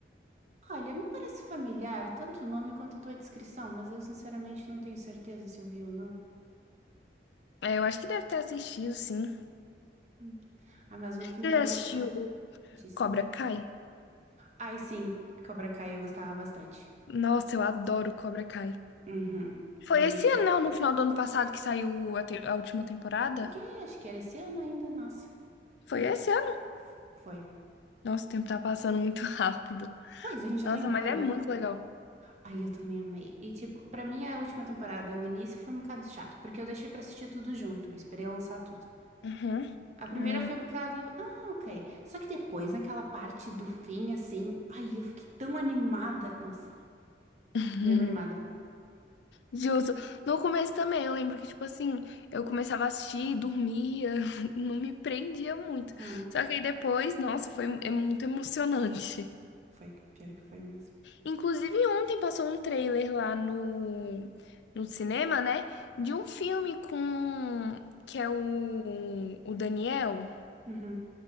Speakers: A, on the right (about 40°); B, on the left (about 75°).
A: Olha, me parece familiar, tanto o nome quanto a tua descrição, mas eu sinceramente não tenho certeza se eu vi ou não.
B: É, eu acho que deve ter assistido, sim.
A: Hum. Ah, mas outro que me
B: Você
A: traumatizou,
B: já assistiu
A: disse.
B: Cobra Kai?
A: Ai, sim, Cobra Kai eu gostava bastante.
B: Nossa, eu adoro Cobra Kai.
A: Uhum,
B: Foi
A: muito
B: esse
A: giro.
B: ano, não? No final do ano passado que saiu a, te- a última temporada?
A: E aí, acho que era esse ano ainda, nossa.
B: Foi esse ano?
A: F- Foi.
B: Nossa, o tempo tá passando muito <laughs> rápido.
A: Pois, a gente já
B: Nossa,
A: tá em maio.
B: mas é muito legal.
A: Aí eu também amei. E, tipo, pra mim a última temporada, o início foi um bocado chato, porque eu deixei pra assistir tudo junto, eu esperei lançar tudo.
B: Uhum.
A: A primeira
B: Uhum.
A: foi um bocado, ah, ok. Só que depois, naquela parte do fim, assim, aí eu fiquei tão animada. Nossa,
B: <laughs>
A: eu mesmo animada.
B: Justo. No começo também, eu lembro que, tipo assim, eu começava a assistir, dormia, <laughs> não me prendia muito.
A: Hum,
B: Só que aí depois, nossa, foi é muito emocionante.
A: foi, pior que foi mesmo.
B: Inclusive, ontem passou um trailer lá no, no cinema, né? De um filme com. Que é o, o Daniel,
A: Uhum.